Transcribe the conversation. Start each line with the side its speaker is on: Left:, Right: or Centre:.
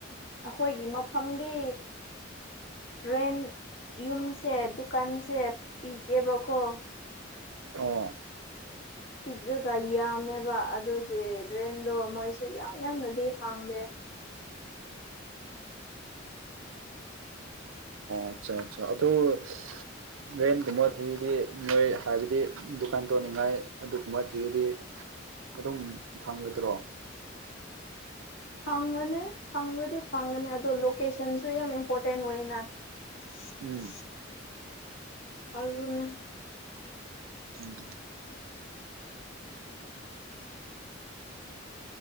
Left: ꯑꯩꯈꯣꯏꯒꯤ ꯃꯐꯝꯗꯤ ꯔꯦꯟ ꯌꯨꯝꯁꯦ ꯗꯨꯀꯥꯟꯁꯦ ꯄꯤꯛꯑꯦꯕꯀꯣ
Right: ꯑꯣ
Left: ꯄꯤꯛꯂꯒ ꯌꯥꯝꯃꯦꯕ ꯑꯗꯨꯒꯤ ꯔꯦꯟꯗꯣ ꯃꯣꯏꯁꯨ ꯌꯥꯝ ꯌꯥꯝꯅꯗꯤ ꯍꯪꯗꯦ
Right: ꯑꯆꯥ ꯆꯥ ꯑꯗꯣ ꯁꯁ ꯔꯦꯟꯒꯨꯝꯕ ꯊꯤꯔꯗꯤ ꯅꯣꯏ ꯍꯥꯏꯕꯗꯤ ꯗꯨꯀꯥꯟ ꯇꯧꯅꯤꯡꯉꯥꯏ ꯑꯗꯨꯒꯨꯝꯕ ꯊꯤꯔꯗꯤ ꯑꯗꯨꯝ ꯐꯪꯒꯗ꯭ꯔꯣ
Left: ꯐꯪꯒꯅꯤ ꯐꯪꯕꯗꯤ ꯐꯪꯒꯅꯤ ꯑꯗꯣ ꯂꯣꯀꯦꯁꯟꯁꯨ ꯌꯥꯝ ꯏꯝꯄꯣꯔꯇꯦꯟ ꯑꯣꯏꯌꯦꯅ <inaudible>
Right: ꯎꯝ
Left: ꯑꯗꯨꯅꯦ
Right: ꯎꯝ